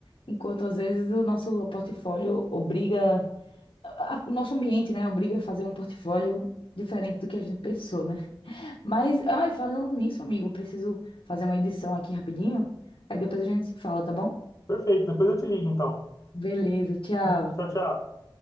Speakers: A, on the left (about 80°); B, on the left (about 40°).
A: Enquanto às vezes o nosso portfólio obriga, a- a- o nosso ambiente, né, obriga a fazer um portfólio diferente do que a gente pensou, né? Mas, ai, falando nisso, amigo, eu preciso fazer uma edição aqui rapidinho. Aí depois a gente se fala, tá bom?
B: Perfeito, depois eu te ligo então.
A: Beleza, tchau.
B: né? Tchau, tchau.